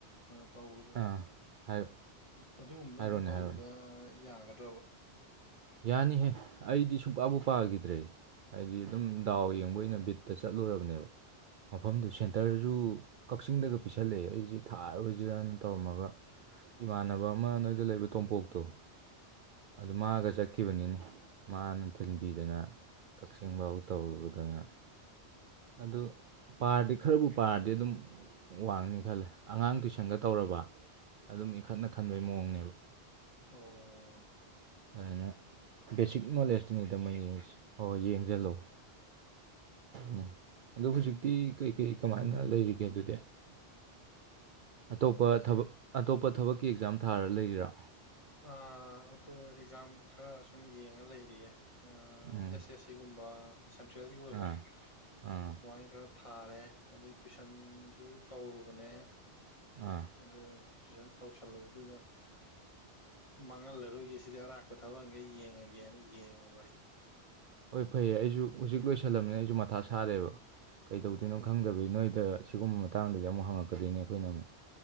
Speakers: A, on the left; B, on the right.
A: ꯇꯗ
B: ꯑꯥ ꯍꯥꯏꯔꯣ
A: ꯑꯗꯨꯒꯨꯝꯕꯗꯣ
B: ꯍꯥꯏꯔꯣꯅꯦ
A: ꯑꯗꯨꯝ ꯇꯧꯕꯗ
B: ꯍꯥꯏꯔꯣꯅꯦ
A: ꯌꯥꯒꯗ꯭ꯔꯕ
B: ꯌꯥꯅꯤꯍꯦ ꯑꯩꯗꯤ ꯁꯨꯡꯄꯥꯕꯨ ꯄꯥꯈꯤꯗ꯭ꯔꯦ ꯍꯥꯏꯗꯤ ꯑꯗꯨꯝ ꯗꯥꯎ ꯌꯦꯡ ꯩꯅ ꯕꯤꯠꯇ ꯆꯠꯂꯨꯔꯕꯅꯦꯕ ꯃꯐꯝꯗꯨ ꯁꯦꯟꯇꯔꯁꯨ ꯀꯛꯆꯤꯡꯗꯒ ꯄꯤꯁꯜꯂꯛꯑꯦ ꯑꯩꯁꯦ ꯊꯥꯔꯣꯏꯖꯤꯔꯅ ꯇꯧꯔꯝꯃꯒ, ꯏꯃꯥꯟꯅꯕ ꯑꯃ ꯅꯣꯏꯗ ꯂꯩꯕ ꯇꯣꯝꯄꯣꯛꯇꯣ ꯑꯗꯨ ꯃꯥꯒ ꯆꯠꯈꯤꯕꯅꯤꯅꯦ ꯃꯥꯅ ꯊꯤꯟꯕꯤꯗꯅ ꯀꯛꯆꯤꯡ ꯕꯥꯎ ꯇꯧꯔꯨꯗꯅ ꯑꯗꯨ ꯄꯥꯔꯗꯤ ꯈꯔꯕꯨ ꯄꯥꯔꯗꯤ ꯑꯗꯨꯝ ꯋꯥꯡꯅꯤ ꯈꯜꯂꯦ ꯑꯉꯥꯡ ꯇꯨꯏꯁꯟꯒ ꯇꯧꯔꯕ ꯑꯗꯨꯝ ꯏꯈꯠꯅ ꯈꯟꯕꯩ ꯃꯑꯣꯡꯅꯦꯕ
A: ꯑꯣ
B: ꯑꯗꯨꯃꯥꯏꯅ ꯕꯦꯁꯤꯛ ꯅꯣꯂꯦꯖꯇꯨꯅꯤ ꯑꯗꯨꯝ ꯑꯩ ꯌꯦꯡ ꯍꯣꯏ ꯍꯣꯏ ꯌꯦꯡꯁꯤꯜꯂꯨ ꯎ ꯑꯗꯣ ꯍꯧꯖꯤꯛꯇꯤ ꯀꯩꯀꯩ ꯀꯃꯥꯏꯅ ꯂꯩꯔꯤꯒꯦ ꯑꯗꯨꯗꯤ ꯑꯇꯣꯞꯄ ꯊꯕꯛ ꯑꯇꯣꯞꯄ ꯊꯕꯛꯀꯤ ꯑꯦꯛꯖꯥꯝ ꯊꯥꯔ ꯂꯩꯔꯤꯔꯥ
A: ꯑꯣ ꯑꯦꯛꯖꯥꯝ ꯈꯔ ꯁꯨꯝ ꯌꯦꯡꯉ ꯂꯩꯔꯤꯌꯦ
B: ꯎꯝ
A: ꯌꯦꯁ ꯌꯦꯁ ꯁꯤꯒꯨꯝꯕ ꯁꯦꯟꯇ꯭ꯔꯦꯜꯒꯤ ꯑꯣꯏꯕ
B: ꯑꯥ ꯑꯥ
A: ꯑꯗꯨꯃꯥꯏꯅ ꯈꯔ ꯊꯥꯔꯦ ꯑꯗꯩ ꯇꯨꯏꯁꯟꯁꯨ ꯇꯧꯔꯨꯕꯅꯦ
B: ꯑꯥ
A: ꯑꯗꯨ ꯇꯨꯏꯁꯟ ꯇꯧꯁꯜ ꯍꯧꯗꯨꯗ ꯃꯥꯡꯍꯜꯂꯔꯨꯒꯦ ꯁꯤꯗꯤ ꯑꯔꯥꯛꯞꯄ ꯊꯕꯛꯒꯦ ꯌꯦꯡꯉꯒꯦꯅ ꯌꯦꯡꯉꯕ ꯑꯩꯗꯣ
B: ꯍꯣꯏ ꯐꯩꯌꯦ ꯑꯩꯁꯨ ꯍꯧꯖꯤꯛ ꯂꯣꯏꯁꯜꯂꯝꯕꯅꯤꯅ ꯑꯩꯁꯨ ꯃꯊꯥ ꯁꯥꯔꯦꯕ ꯀꯩꯗꯧꯗꯣꯏꯅꯣ
A: ꯎꯝ,
B: ꯈꯪꯗꯕꯩ ꯅꯣꯏꯗ ꯁꯤꯒꯨꯝꯕ ꯃꯇꯥꯡꯗꯗꯤ ꯑꯃꯨꯛ ꯍꯪꯉꯛꯀꯗꯣꯏꯅꯤ ꯑꯩꯈꯣꯏꯅ ꯑꯃꯨꯛ